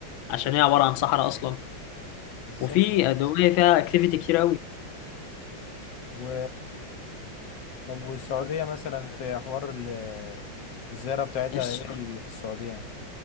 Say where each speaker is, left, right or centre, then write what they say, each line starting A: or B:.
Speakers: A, on the left (about 80°); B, on the left (about 65°).
A: عشان هي عباره عن صحراء اصلا
B: بالظبط
A: وفي دبي فيها اكتيفيتي كتير
B: و طب والسعودية مثلا في حوار ال- الزيارة بتاعتها
A: قوي
B: ايه اللي في السعودية